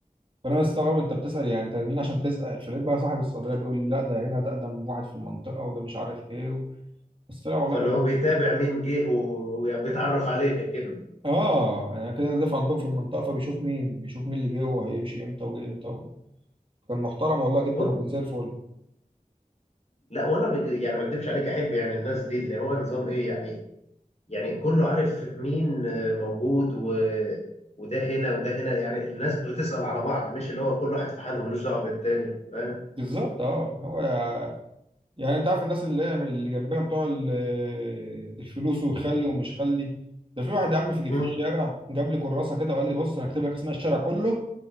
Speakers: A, on the right; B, on the left.
A: فانا مستغرب انت بتسال يعني انت مين عشان تسال فلقيت بقى صاحب الصيدليه بيقول لي لا ده هنا ده اقدم واحد في المنطقه وده مش عارف ايه بس طلع والله
B: فاللي
A: كان
B: هو بيتابع مين جه و- وبيتعرف عليك اكنه
A: اه يعني انا كده دافع عندهم في المنطقه فبيشوف مين بيشوف مين اللي جه وهيمشي امتى وجه امتى و... كان محترم والله جدا
B: بص
A: وكان زي الفل
B: لا وانا بج... يعني ما اكدبش عليك احب يعني الناس دي اللي هو نظام ايه يعني يعني كله عارف مين آه، موجود و... وده هنا وده هنا يعني الناس بتسأل على بعض مش اللي هو كل واحد في حاله ملوش دعوه بالتاني فاهم
A: بالظبط اه هو يع- يعني انت عارف الناس اللي اللي جنبنا بتوع ال- الفلوس وخلي ومش خلي ده في واحد يا عم في
B: مم.
A: في الشارع جاب لي كراسه كده وقال لي بص انا هكتب لك اسماء الشارع كله